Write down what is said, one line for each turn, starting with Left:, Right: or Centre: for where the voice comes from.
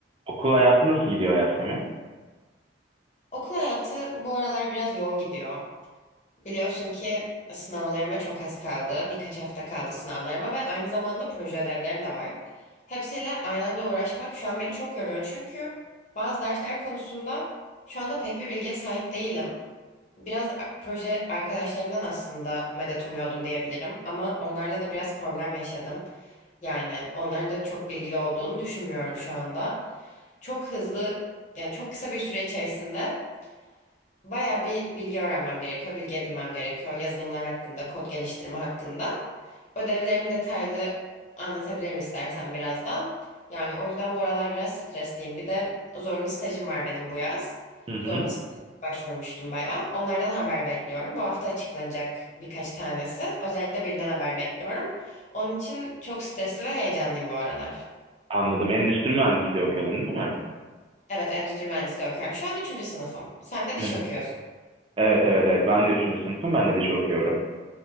Right: Okul hayatı nasıl gidiyor Yasemin?
Left: Okul hayatı bu aralar biraz yoğun gidiyor. Biliyorsun ki sınavlarıma çok az kaldı. Birkaç hafta kaldı sınavlarıma ve aynı zamanda proje ödevlerim de var. Hepsiyle aynı anda uğraşmak şu an beni çok yoruyor. Çünkü bazı dersler konusunda şu anda pek bir bilgiye sahip değilim. Biraz proje arkadaşlarımdan aslında medet umuyordum diyebilirim. Ama onlarla da biraz problem yaşadım. Yani onların da çok bilgili olduğunu düşünmüyorum şu anda. Çok hızlı, yani çok kısa bir süre içerisinde Bayağı bir bilgi öğrenmem gerekiyor, bilgi edinmem gerekiyor. Yazılımlar hakkında, kod geliştirme hakkında. Ödevlerimi detaylı anlatabilirim istersen birazdan. Yani o yüzden bu aralar biraz stresliyim. Bir de zorunlu stajım var benim bu yaz.
Right: Hı hı.
Left: Zorunlu staja başvurmuştum bayağı. Onlardan haber bekliyorum. Bu hafta açıklanacak birkaç tanesi. Özellikle birinden haber bekliyorum. Onun için çok stresli ve heyecanlıyım bu aralar.
Right: Anladım. Endüstri mühendisliği okuyordun değil mi?
Left: Evet, endüstri mühendisliği okuyorum. Şu an üçüncü sınıfım. Sen de diş
Right: Hı hı.
Left: okuyorsun.
Right: Evet evet evet. Ben de 3. sınıfım. Ben de dişi okuyorum.